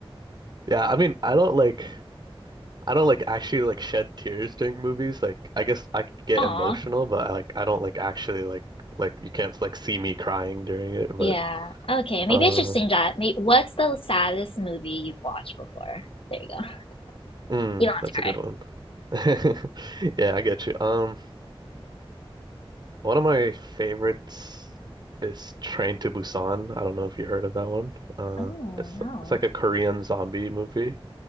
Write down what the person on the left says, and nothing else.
Aw.
Yeah. Okay. Maybe
I should sing that. May What's the saddest movie you've watched before? There you go.
You don't have
to cry.
Oh,
no.